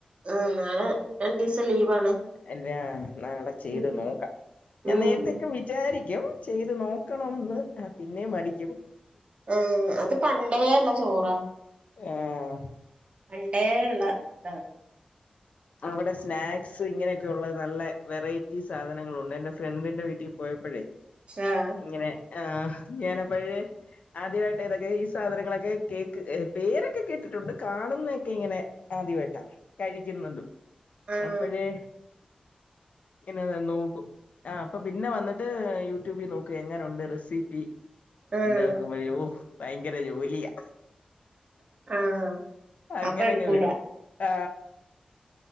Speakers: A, on the right (about 50°); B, on the left (about 60°).
A: ആഹ നാളെ രണ്ടു ദിവസം ലീവാണ്.
B: അല്ലാ നാളെ ചെയ്ത്
A: ഉം
B: നോക്കാം. ഞാൻ
A: ഉം
B: നേരത്തേക്കെ വി വിചാരിക്കും ചെയ്ത് നോക്കണംന്ന് പിന്നേം മടിക്കും
A: ആഹ അത് പണ്ടേള്ള ചോറാ
B: ആഹ
A: പണ്ടേ ഉള്ള ഇതാണ്
B: അവിടെ സ്നാക്സ് ഇങ്ങനെയൊക്കെ ഉള്ള നല്ല വെറൈറ്റി സാധനങ്ങളുണ്ട് എന്റെ ഫ്രണ്ടിന്റെ വീട്ടിൽ പോയപ്പോഴേ
A: ആഹ്
B: ഇങ്ങനെ ആ ഞാനപ്പോഴേ ആദ്യമായിട്ട് ഇതൊക്കെ ഈ സാധനങ്ങളൊക്കെ കേക്ക് പേരൊക്കെ കേട്ടിട്ടുണ്ട് കാണുന്നതൊക്കെ ഇങ്ങനെ ആദ്യവായിട്ടാ. കഴിക്കുന്നതും
A: ആഹ്
B: അപ്പോഴേ ഇങ്ങനെ നോക്കും. ആ അപ്പൊ പിന്നെ വന്നിട്ട് യൂട്യൂബിൽ നോക്കു എങ്ങനെുണ്ട് റെസിപ്പി.
A: ആഹ് ആഹ്
B: എന്നെ വെക്കുമ്പോഓ ഭയങ്കര ജോലിയാ.
A: ആഹ്
B: അങ്ങനെങ്ങ്
A: അപ്പൊ എടുക്കൂല
B: വിടും. ആ